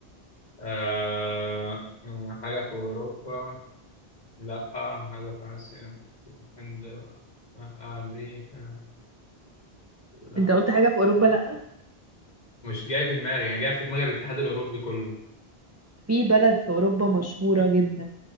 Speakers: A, on the left; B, on the right.
A: آه آه، حاجة في أوروبا لأ حاجة في آسيا الهند لأ أمريكا لأ
B: انت قلت حاجة في اوروبا لا
A: مش جاي في دماغي يعني جاي في دماغي الاتحاد الأوروبي كله
B: في بلد في اوروبا مشهورة جدا